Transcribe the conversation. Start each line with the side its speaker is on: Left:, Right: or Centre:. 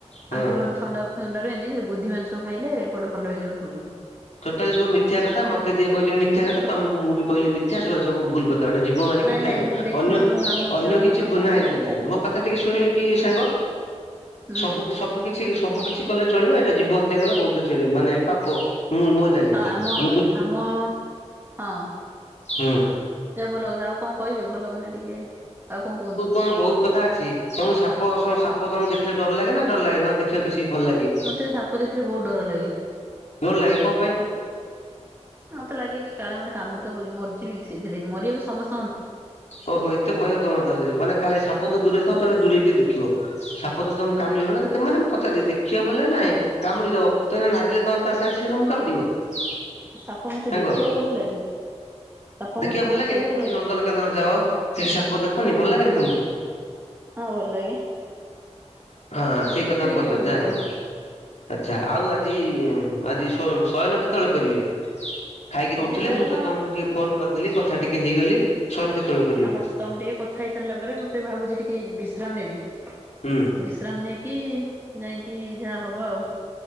Left: ହଁ।
Right: ଆଣ୍ଠୁ ଫାଣ୍ଠୁ ଥଣ୍ଡା। ଥଣ୍ଡାରୁ ଏମତି ଗୋଧି ମାଂସ ଖାଇଲେ କୁଆଡେ ଭଲ ହେଇଯାଏ ମୁଁ ଶୁଣିଛି।
Left: ଟୋଟାଲି ସବୁ ମିଥ୍ୟ କଥା। ମତେ ଯିଏ କହିଛନ୍ତି ମିଥ୍ୟା କଥା। ତମକୁ ମୁଁ ବି କହିଲି ମିଥ୍ୟା ସେଗୁରା ସବୁ ଭୁଲ କ ଗୋଟେ ଜୀବ ମାରିକିରି
Right: ନାଇଁ
Left: ଖାଇଗଲେ
Right: ନାଇଁ ମୁଁ ଦେଖିଛି
Left: ଅନ୍ୟ
Right: ମୋ ମାମୁଁ
Left: ଅନ୍ୟ
Right: ଝିଅ
Left: କିଛି
Right: ମୋ ମାମୁଁ
Left: ବୁନାଇଁ
Right: ଝିଅ ଜଣେ
Left: ନାଇଁ ନାଇଁ
Right: ଖାଇଥିଲା।
Left: ନାଇଁ ମୋ କଥା ଟିକେ ଶୁଣିବେ କି ସାଙ୍ଗ
Right: ହୁଁ
Left: ସବୁ କିଛି ସବୁ କିଛି ସେ ସବୁ କିଛି କଲେ ଚଳିବ ଏଇଟା ଜୀବ ହତ୍ୟା କଲେ ବହୁତ ଯେ ମାନେ ପାପ। ମୁଁ ମୋ ଜାଣିବାଟା
Right: ଆ-ଆମ
Left: ମାନେ ବୁଝ
Right: ଆମ ହଁ।
Left: ହୁଁ।
Right: ଯା ଭଲ କଥା ଆଉ କଣ କହିବେ ଭଲ ମାନେ ଟିକେ ଆଉ କଣ କୁହନ୍ତୁ।
Left: ହଁ ବହୁତ କଥା ଅଛି। ତମ ସାପ ସ-ସାପ ତମେ ଦେଖିଲେ ଡର ଲାଗେ ନା ଡର ଲାଗେ ନା ଦେଖିବା ବେଶୀ ଭଲ ଲାଗେ?
Right: ମତେ ସାପ ଦେଖିଲେ ବହୁତ ଡର ଲାଗେ।
Left: ଡର ଲାଗେ କଣ ପାଇଁ?
Right: ମତେ ଲାଗେ କି କାଳେ ମତେ କାମୁଡିଦବକି ମରଯିବିକି ସେଥିଲାଗି ମରିବାକୁ ସମସ୍ତ
Left: ଓହୋ ଏତେ ଭୟ ତମର ତାହେଲେ ମାନେ କାଳେ ସାପ
Right: ହଁ
Left: ତ ଦୂରରେ ଥାଉ ତେ ଦୂରେଇ ଟିକେ ଦେଖିବ ସାପ ସାପ ତମକୁ କାମୁଡିବନି ମାନେ ମୁଁ ପଚାରେ ଦେ ଦେଖିଆ ଭଲାଗେ ନାଇଁ କାମୁଡି ଦବ ତମେ ନାଗିଲେ ତମ ତା ସାଙ୍ଗେ ସିଏ ତମକୁ କାମୁଡିବ। ସାଙ୍ଗ
Right: ସାପ ମତେ ଦେଖିବାକୁ
Left: ହଁ
Right: ଭଲ ଲାଗେ ସାପ
Left: ଦେଖିବା
Right: ମତେ
Left: ଭଲ
Right: ଦେଖିବାକୁ
Left: ଲାଗେନି ତୁ ନ
Right: ଲାଗେ
Left: ନନ୍ଦନ-କାନନ୍ ଯାଅ ସେଠି ସାପ ଦେଖନି ଭଲ ଲାଗେନି ତମକୁ?
Right: ହଁ ଭଲାଗେ।
Left: ହଁ ସେଇ କଥା ମୁ
Right: ଦେଖିବାକୁ
Left: ପଚାରୁଚି
Right: ଭଲ
Left: ଯାହା
Right: ଲାଗେ
Left: ହଉ। ଆଛା ଆଉ ଆଜି ଆଜି ସୋ ଶୟନ କେତେବେଳେ କରିବେ। ଖାଇକି ତ
Right: ଆଜି
Left: ଉଠିଲେ
Right: ଶୟନ
Left: ମୁଁ ତ ତମକୁ ଟିକେ ଫୋନ କରିଦେଲି କଥା ଟିକେ ହେଇଗଲି ସୟନ କେତେବେଳେ କରିବେ?
Right: ତାପରେ ତମେ ଟିକେ କଥା ହେଇ ସାରିଲା ପରେ ମୁଁ ତେ ଭାବୁଛି ଟିକେ ବିଶ୍ରାମ ନେବି।
Left: ହୁଁ।
Right: ବିଶ୍ରାମ ନେଇକି ଯାଇଁକି ଯାହା ହବ ଆଉ।